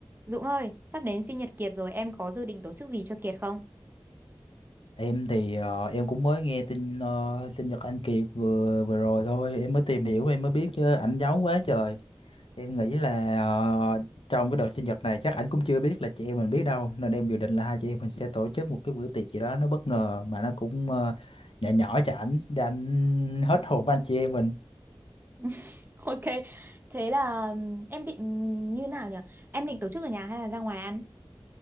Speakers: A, on the right (about 25°); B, on the left (about 80°).
A: Dũng ơi, sắp đến sinh nhật Kiệt rồi, em có dự định tổ chức gì cho Kiệt không?
B: Em thì ờ, em cũng mới nghe tin ờ, sinh nhật anh Kiệt vừa vừa rồi thôi, em mới tìm hiểu em mới biết chứ ảnh giấu quá trời. Em nghĩ là ờ, trong cái đợt sinh nhật này chắc ảnh cũng chưa biết là chị em mình biết đâu, nên em dự định là hai chị em mình sẽ tổ chức một cái bữa tiệc gì đó nó bất ngờ mà nó cũng ờ, nhỏ nhỏ cho ảnh để ảnh hết hồn với anh chị em mình.
A: <laughs> Ok, thế là ừm, em định như nào nhỉ? Em định tổ chức ở nhà hay là ra ngoài ăn?